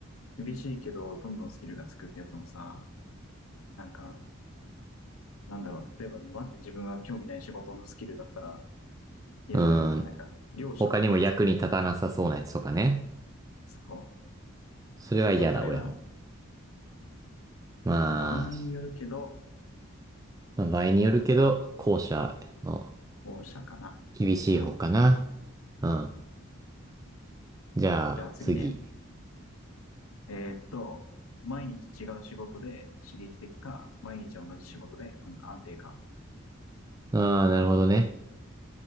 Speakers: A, on the left (about 85°); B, on the right (about 15°).
A: 厳しいけど、どんどんスキルがつくってやつもさ、なんか、なんだろう、例えばマジで自分が興味ない仕事のスキルだったら嫌じゃないなんか、
B: うん。
A: 漁師とかだったらさ、
B: 他にも役に立たなさそうなやつとかね。
A: そ
B: それは嫌だ、
A: う、だったら嫌だな。
B: 俺も。まあ、
A: 場合によるけど、
B: まあ場合によるけど、後者の
A: 後者かな。
B: 厳しい方かな。
A: うん。
B: うん。
A: うん
B: じゃあ、
A: じゃあ次ね。
B: 次。
A: えーっと、毎日違う仕事で刺激的か、毎日同じ仕事で安安定か。
B: ああ、なるほどね。